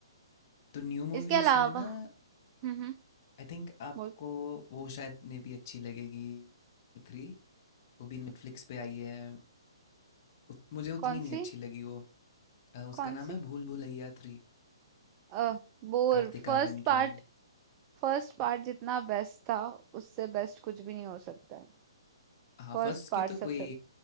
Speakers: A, on the left (about 40°); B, on the right (about 25°).
A: तो न्यू मूवीज
B: इसके अलावा
A: में ना
B: हम्म हम्म
A: आई थिंक आपको
B: बोल
A: वो शायद में भी अच्छी लगेगी थ्री वो भी नेटफ्लिक्स पे आई है उत, मुझे उतनी
B: कौन
A: नहीं
B: सी
A: अच्छी लगी वो अ, उसका
B: कौन
A: नाम
B: सी
A: है भूल भुलैया थ्री
B: अ बोर
A: कार्तिक
B: First
A: आर्यन
B: part
A: की मूवी
B: फर्स्ट पार्ट जितना बेस्ट था उससे बेस्ट कुछ भी नहीं हो सकता है
A: हाँ
B: फर्स्ट
A: फर्स्ट
B: पार्ट
A: की तो
B: सबसे
A: कोई